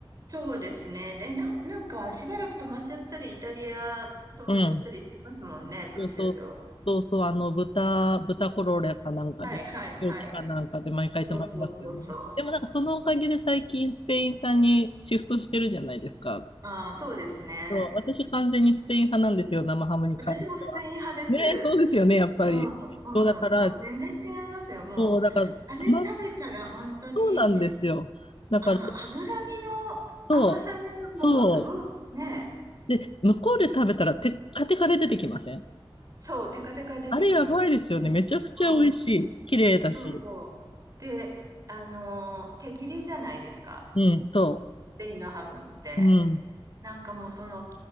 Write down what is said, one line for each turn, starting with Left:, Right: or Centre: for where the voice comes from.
Right: そうですね。で、な、なんかしばらく止まっちゃったり、イタリア止まっちゃったりしてますもんね、
Left: うん。
Right: プロシュート。
Left: そうそう、そうそう、あの、豚、豚コロレかなんかで、
Right: はいはいはい。
Left: 病気かなんかで毎回泊まりますよね。
Right: そうそうそうそう。
Left: でもなんかそのおかげで最近スペイン産にシフトしてるじゃないですか。
Right: ああ、そうですね。
Left: そう、私完全にスペイン派なんですよ、生ハムに関しては。
Right: 私もスペイン派です。
Left: ねえ、そうですよね、やっぱり。
Right: うん、うん、
Left: そうだから、
Right: もう全然違いますよ。もう、
Left: そう、だから、
Right: あれ食べたら本当に、
Left: たま、そうなんですよ。だから、
Right: あの、脂身の甘さがもうすごい、
Left: そう、そ
Right: ね、
Left: う。で、向こうで食べたらテッカテカで出てきません
Right: そう、テカテカ出てきます。
Left: あれやばいですよね。めちゃくちゃ美味しい。
Right: うん、
Left: 綺麗だし。
Right: そうそう。で、あの、手切りじゃないですか。
Left: うん、そ
Right: スペインのハムって。
Left: う。うん
Right: なんかもうその、